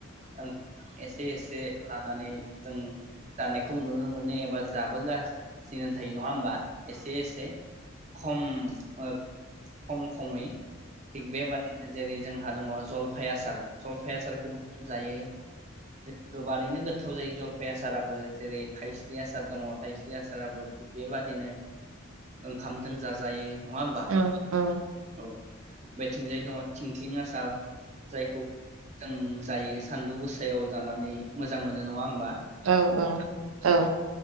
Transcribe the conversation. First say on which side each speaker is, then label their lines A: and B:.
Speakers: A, on the right (about 35°); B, on the right (about 85°).
A: ओं एसे एसे लानानै। जों जानायखौ नुनो मोनो एबा जाबोगासिनो थायो नङा ओमबा? एसे एसे खम ओ खम खमै। थि बे बादिनो जों जेरै जोंहा दङ जलफाय‌ आसार जलफाय आसारखौबो दायो <unintelligible> बारैनो गोथाव जायो जलफाय आसाराबो जेरै थाइस्रि आसार दङ थाइस्रि आसाराबो थिग बेबादिनो ओंखामजों जाजायो नङा होमबा
B: ओ औ
A: औ बेथिंजाय दङ थिंख्लिं आसार जायखौब जों जायो सान्दुं गोसायाव जानानै मोजां मोनो नङा ओमबा?
B: औ औ औ